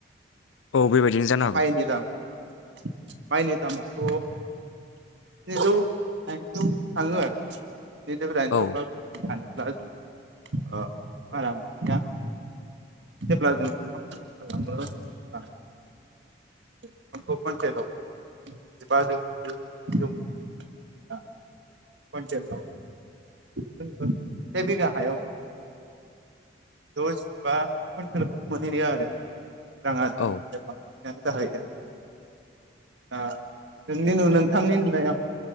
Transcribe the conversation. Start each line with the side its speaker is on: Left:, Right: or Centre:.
Left: औ बेबायदिनो जानो हागौ
Right: माइनि दाम माइनि दामाथ' स्निजौ दाइनजौ थाङो आरो स्निजौ दाइन
Left: औ
Right: थेवबाबो जों सानो ब्ला जों ओ बारा मोनथिया जेब्ला जों ओंखाम खालामो अब्ला ओंखामखौ खनथेलाव जिबाजौ जों मोनो खनथेलाव जोङो से बिघा हायाव द'जिबा कुइन्टेलखौनो मोनहैनाय आरो राङारि
Left: औ
Right: जा ओ जाहैयो दा नोंनि नोंथांनि नुनायाव